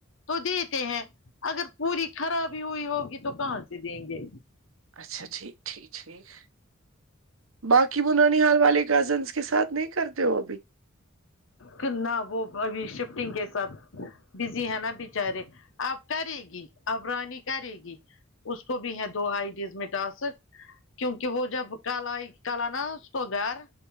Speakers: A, on the left (about 70°); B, on the right (about 75°).
A: تو دیتے ہیں اگر پوری خرابی ہوئی ہوگی تو کہاں سے دیں گے
B: اچھا ٹھیک ٹھیک ٹھیک باقی وہ ننیہال والے کزنس کے ساتھ نہیں کرتے ہو ابھی
A: فرنا وہ ابھی شفٹنگ کے ساتھ بزی ہے نا بچارے آب کرے گی اب رانی کرے گی اس کو بھی ہے دو آئی ڈیز میں ٹاسک کیونکہ وہ جب کل آئی کل آ نا اس کو گھر